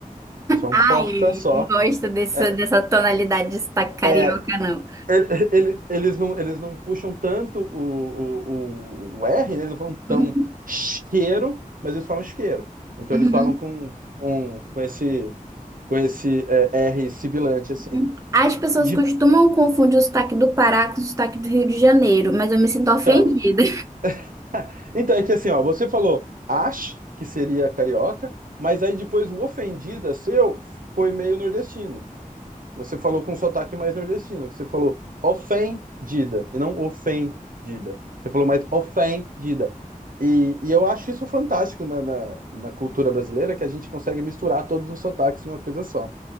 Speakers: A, on the right; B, on the right.
A: eles falam
B: Ai,
A: porta só.
B: não gosto dessa,
A: É,
B: dessa tonalidade de sotaque carioca,
A: é,
B: não.
A: ele- ele- eles não, eles não puxam tanto o, o, o, o R, né? Eles não falam tão
B: <laughs>
A: isqueiro, mas eles falam isqueiro. Então
B: Uhum,
A: eles falam com, com, com esse, com esse é, R sibilante, assim.
B: uhum. As pessoas
A: De
B: costumam confundir o sotaque do Pará com o sotaque do Rio de Janeiro, mas eu me sinto ofendida.
A: então, <laughs> Então, é que assim, ó, você falou Ash, que seria carioca, mas aí depois o ofendida seu foi meio nordestino. Você falou com um sotaque mais nordestino, que você falou ofendida e não ofendida. Você falou mais ofendida. E, e eu acho isso fantástico na, na, na cultura brasileira, que a gente consegue misturar todos os sotaques em uma coisa só.